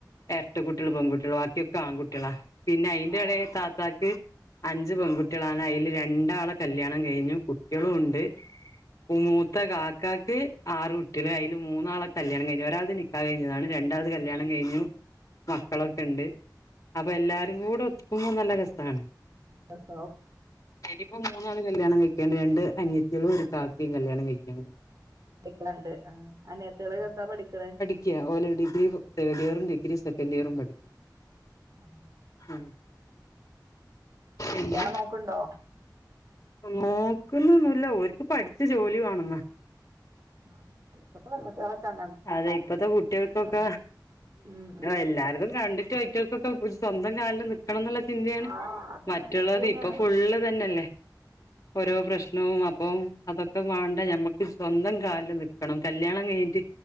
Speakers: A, on the left; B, on the right.
A: എരട്ട കുട്ട്യള് പെൺകുട്ട്യള് ബാക്കിയൊക്കെ ആൺകുട്ട്യളാ. പിന്ന അയിന്റെളെ
B: ആഹ്
A: താത്താക്ക് അഞ്ച് പെൺകു അയില് രണ്ടാള കല്യാണം കഴിഞ്ഞു കുട്ടിയെളും ഉണ്ട് മൂത്ത ക നിക്കാക്ക് ആറ് കുട്ട്യള് അയിൽ മൂന്നാള കല്ല്യണം കഴിഞ്. ഒരാളത് നിക്കാഹ് കഴിഞ്ഞതാണ്. രണ്ടളത് കല്യാണം കഴിഞ്ഞു. മക്കളൊക്കെ ഇണ്ട് അപ്പൊ എല്ലാരും കൂടെ ഒത്തിക്കുമ്പോ നല്ല രസാണ്.
B: അ.
A: ഇനിയിപ്പോം മൂന്നാള് കല്യാണം കഴിക്കാണ്ട് രണ്ട് അനിയത്തിളും ഒരു കാക്കേം കല്യാണം കഴിക്കാണ്ട്.
B: പഠിക്കണണ്ട് അനിയത്തിള് എന്താ പഠിക്കണേ?
A: ക്ക, ഓല് ഡിഗ്രി തേഡ് ഇയറ് ഡിഗി സെക്കൻ് ഇയറും പഠി
B: ആഹ്.
A: ഉം എന്ത്
B: ല്ലിയാണം നോക്ക്ണ്ടോ?
A: നോക്കുന്നൊന്നുല്ല ഓര്ക്ക് പഠിച്ച ജോലി വാണെന്ന്.
B: <unintelligible>
A: അതെ ഇപ്പത്തെ കുട്ട്യൾക്കൊക്ക
B: ആഹ് ഉം ഉം
A: എല്ലാരതും കണ്ടിട്ടുയിട്ട് ക്കെ ക്കേ സ്വന്തം കാലിൽ നിക്കണം എന്നുള്ള ചിന്തയാണ്
B: ആഹ് അതാണ്
A: മറ്റുള്ളത്
B: അത് ശരിയാണ്
A: ഇപ്പൊ ഫുള്ള് തന്നെയല്ലേ. ഓരോ പ്രശ്നവും അപ്പം അതൊക്കെ വേണ്ട ഞമ്മക്ക് സ്വന്തം കാലിൽ നിക്കണം കല്യാണം കഴിഞ്ഞിട്ട്